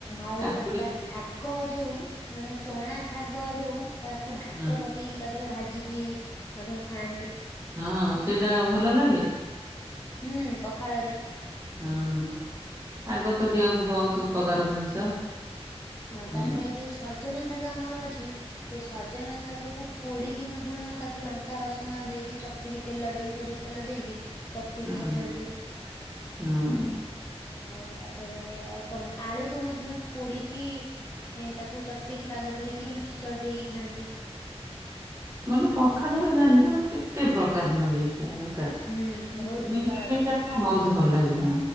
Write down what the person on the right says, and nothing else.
କାକୁଡି
ହଁ
ହଁ ସେଇଟା ଭଲ ଲାଗେ?
ହୁଁ ଆଗ ତ
ଦେହକୁ ବହୁତୁ ଉପକାର ଜିନିଷ।
ହୁଁ
ହଁ
ହଁ
ମାନେ ପଖାଳରେ
ରାନ୍ଧିବୁ କେତେ ପ୍ରକାର ଲଗେଇକି ଦରକାର।
ବି
ଲଗେଇ
ଖାଦ୍ୟ ବହୁତ ଭଲ ଲାଗେ ହଁ।